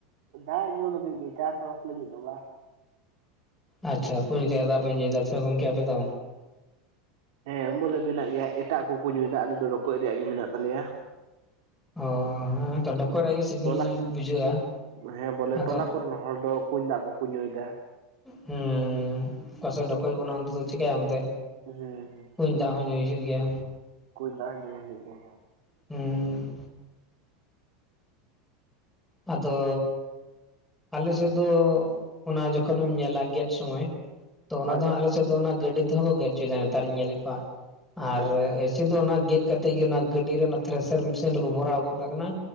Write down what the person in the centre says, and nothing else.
ᱟᱪᱪᱷᱟ ᱠᱩᱧ ᱨᱮᱭᱟᱜ ᱫᱟᱜ ᱯᱮ ᱧᱩᱭ <unintelligible> ᱜᱚᱢᱠᱮ ᱟᱯᱮ ᱫᱚ,
ᱚ ᱦᱮᱸ ᱛᱚᱫᱚ ᱠᱚᱨᱮ ᱜᱮ ᱥᱤᱵᱤᱞ
ᱵᱩᱡᱷᱟᱹᱜᱼᱟ,
ᱟᱫᱚ
ᱦᱩᱸ ᱠᱟᱥᱮ ᱰᱠᱚᱭ ᱵᱟᱱᱩᱜᱼᱟ ᱚᱱᱛᱮ ᱪᱤᱠᱟᱹᱭ ᱮᱱᱛᱮ᱾
ᱠᱩᱧ ᱫᱟᱜ ᱦᱚᱸ ᱧᱩ ᱦᱩᱭᱩᱜ ᱜᱮᱭᱟ᱾
ᱦᱩᱸ᱾ ᱟᱫᱚ ᱟᱞᱮ ᱥᱮᱫ ᱫᱚ ᱚᱱᱟ ᱡᱚᱠᱷᱚᱱᱮᱢ ᱧᱮᱞᱟ ᱜᱮᱫ ᱥᱚᱢᱚᱭ, ᱛᱚ ᱚᱱᱟ
ᱫᱚ ᱦᱟᱸᱜ ᱟᱞᱮ ᱮᱫ ᱫᱚ ᱚᱱᱟ ᱜᱟᱹᱰᱤ ᱛᱮᱦᱚᱸ ᱠᱚ ᱜᱮᱫ ᱦᱚᱪᱚᱫᱟ ᱱᱮᱛᱟᱨᱤᱧ ᱧᱮᱞᱮᱫ ᱠᱚᱣᱟ᱾
ᱟᱨ
ᱮᱭᱥᱮ ᱫᱚ ᱚᱱᱟ ᱜᱮᱫ ᱠᱟᱛᱮᱫ ᱜᱮ, ᱚᱱᱟ ᱜᱟᱹᱰᱤ ᱨᱮ ᱚᱱᱟ ᱛᱷᱨᱮᱥᱟᱨ ᱢᱮᱥᱤᱱ ᱨᱮᱠᱚ ᱵᱷᱚᱨᱟᱣ ᱜᱚᱫ ᱠᱟᱜ ᱠᱟᱱᱟ᱾